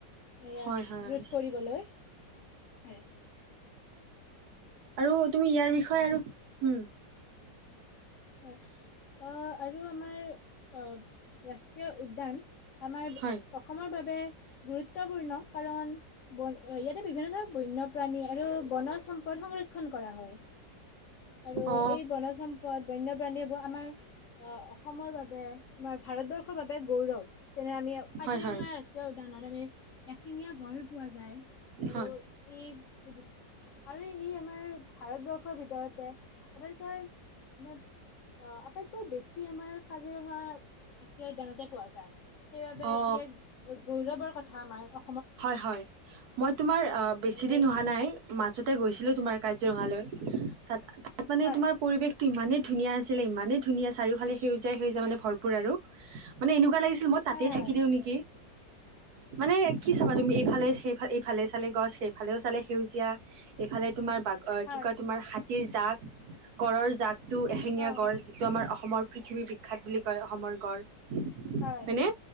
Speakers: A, on the left; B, on the right.
A: ইয়াক
B: হয় হয়
A: ৰোজ কৰিবলৈ। হয়।
B: আৰু তুমি ইয়াৰ বিষয়ে আৰু হ'ম
A: হয়, অ' আৰু আমাৰ অ' ৰাষ্ট্ৰীয় উদ্যান আমাৰ
B: হয়
A: অসমৰ বাবে গুৰুত্বপূৰ্ণ, কাৰণ বন ইয়াতে বিভিন্ন ধৰণৰ বন্যপ্ৰাণী আৰু বনজ সম্পদ সংৰক্ষণ কৰা হয়। আৰু
B: অ
A: এই বনজ সম্পদ বন্যপ্ৰাণীয়ে ব আমাৰ অ' অসমৰ বাবে তে আমাৰ ভাৰতবৰ্ষৰ বাবে গৌৰৱ। যেনে আমিও কাজিৰঙা
B: হয় হয়
A: ৰাষ্ট্ৰীয় উদ্যানত আমি এশিঙীয়া গঁড় পোৱা যায়। আৰু
B: হয়
A: ই আৰু ই আমাৰ ভাৰতবৰ্ষৰ ভিতৰতে আটাইতকৈ মানে, অ' আটাইতকৈ বেছি আমাৰ কাজিৰঙা ৰাষ্ট্ৰীয় উদ্যানতে পোৱা যায়। সেইবাবে
B: অ
A: ই এক গৌৰৱৰ। কথা আমাৰ অ
B: হয়, হয়। মই তোমাৰ অ বেছি
A: আৰু
B: দিন হোৱা নাই মাজতে গৈছি ছিলোঁ তোমাৰ কাজিৰঙালৈ। তাত তাত মানে
A: হয়
B: তোমাৰ পৰিৱেশটো ইমানেই ধুনীয়া আছিলে ইমানেই ধুনীয়া চাৰিওফালে সেউজীয়াই সেউজীয়া মানে ভৰপুৰ আৰু। মানে এনেকুৱা লাগিছিল মই তাতেই
A: হয় হয়
B: থাকি দিওঁ নেকি? মানে কি চাবা তুমি? এইফালে সেই ফাল এই ফালে চালে গছ সেই ফালেও চালে সেউজীয়া এইফালে তোমাৰ বাঘৰ
A: হয়
B: কি কয় তোমাৰ হাতীৰ জাগ গঁড়ৰ জাক টো এশেঙীয়া
A: অ
B: গঁড় যিটো আমাৰ অসমৰ পৃথৱীৰ বি বিখ্যাত বুলি কয় অসমৰ গঁড়।
A: হয়
B: হয়নে?